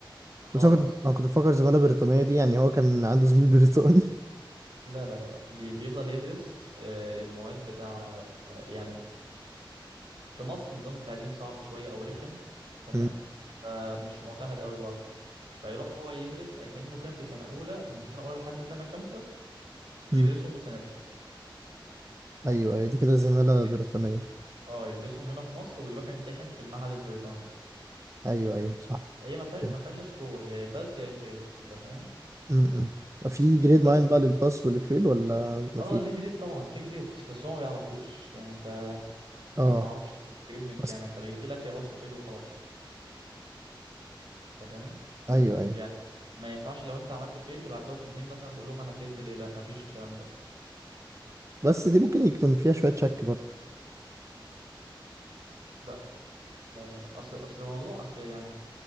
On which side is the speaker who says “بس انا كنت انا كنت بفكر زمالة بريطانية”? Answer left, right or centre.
Right